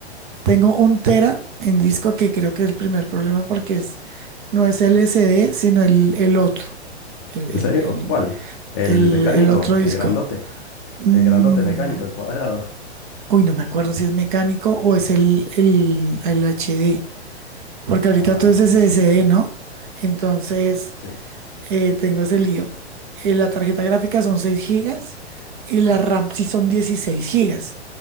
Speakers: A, on the right (about 50°); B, on the left (about 20°).
A: tengo un tera en disco que creo que es el primer problema porque es, no es el SD, sino el, el otro, el, el-
B: ¿En serio?
A: el-
B: ¿Cuál? ¿El
A: el-
B: mecánico?
A: el otro disco.
B: ¿El grandote?
A: Mm,
B: El grandote mecánico, el cuadrado. <laughs>
A: uy, no me acuerdo si es mecánico o es el, el, el HD, porque ahorita
B: Ah,
A: todo es SSD, ¿no? Entonces,
B: sí,
A: eh, tengo ese lío. Eh, la tarjeta gráfica son 6 gigas y la RAM sí son 16 gigas.